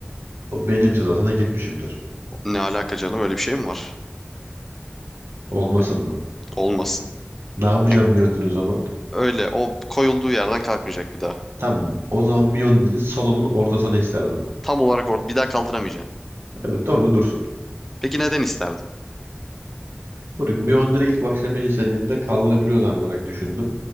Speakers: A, on the right; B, in the centre.
A: O benimse zaten hak etmişimdir.
B: Ne alaka canım öyle bir şey mi var?
A: Olmasın
B: Öyle.
A: mı?
B: Olmasın.
A: Ne yapacağım
B: Yani
A: milyonları o zaman?
B: öyle o koyulduğu yerden kalkmayacak bir daha.
A: Tamam. O zaman milyonları salonun ortasına isterdim.
B: Tam olarak or bir daha kaldıramayacaksın.
A: Evet orada dursun.
B: Peki neden isterdin?
A: Moruk milyonları ilk başta ben istediğimde kaldırabiliyor zan olarak düşündüm.